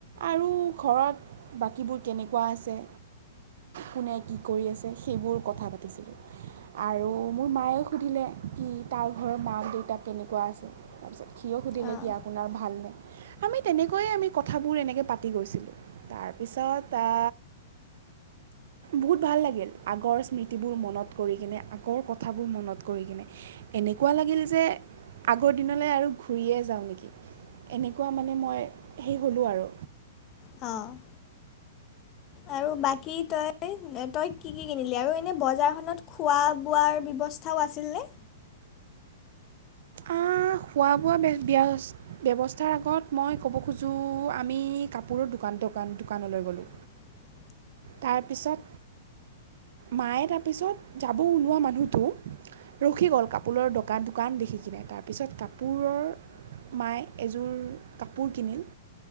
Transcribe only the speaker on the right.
আৰু ঘৰত বাকীবোৰ কেনেকুৱা আছে। কোনে কি কৰি আছে সেইবোৰ কথা পাতিছিলোঁ। আৰু মোৰ মায়ে সুধিলে কি তাৰ ঘৰত মাক, দেউতাক কেনেকুৱা আছে। তাৰপিছত সিও সুধিলে
কি আপোনাৰ ভালনে, আমি তেনেকৈয়ে আমি কথাবোৰ এনেকে পাতি গৈছিলোঁ, তাৰপিছত আ বহুত ভাল লাগিল। আগৰ স্মৃতিবোৰ মনত কৰি কিনে, আগৰ কথাবোৰ মনত কৰি কিনে এনেকুৱা লাগিল যে আগৰ দিনলৈ আৰু ঘূৰিয়ে যাওঁ নেকি। এনেকুৱা মানে মই সেই হ'লোঁ আৰু।
আ, খোৱা বোৱা বে-বেয়াছ ব্যৱস্থাৰ আগত মই ক'ব খোজোঁ আমি কাপোৰৰ দোকান দোকান দোকানলৈ গ'লোঁ।
তাৰপিছত মায়ে তাৰপিছত যাব ওলোৱা মানুহটো ৰখি গ'ল কাপোৰৰ দোকান দোকান দেখি কিনে, তাৰপিছত কাপোৰৰ মায়ে এযোৰ কাপোৰ কিনিল।